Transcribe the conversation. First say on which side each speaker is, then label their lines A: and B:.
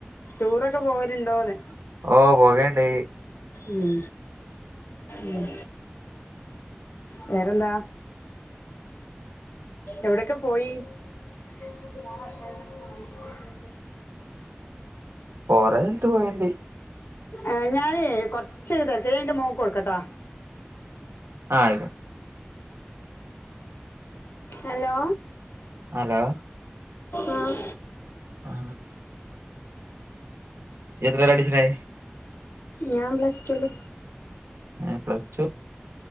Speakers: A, on the left; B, on the right.
A: ടൂറൊക്കെ പോവലുണ്ടോന്ന്
B: ഓ പോകേണ്ട്
A: ഉം ഉം വേറെന്താ എവിടൊക്കെ പോയി <unintelligible>
B: കൊറേൽത്ത് പോയണ്ട്
A: ഏ ഞാനേ കൊർച്ച് തിരക്കിലാ ൻ്റെ മോക്ക് കൊടുക്കാട്ടാ
B: ആ ആയി
A: ഹലോ
B: ഹലോ
A: ആഹ്
B: ആ നീഎത്രേലാടിച്ചണേ
A: ഞാം പ്ലസ്സ്ടൂല്
B: ആഹ് പ്ലസ്ടുവാ